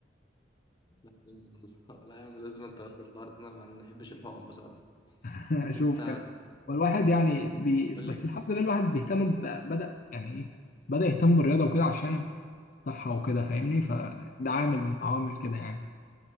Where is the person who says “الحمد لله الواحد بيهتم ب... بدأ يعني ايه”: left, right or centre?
Left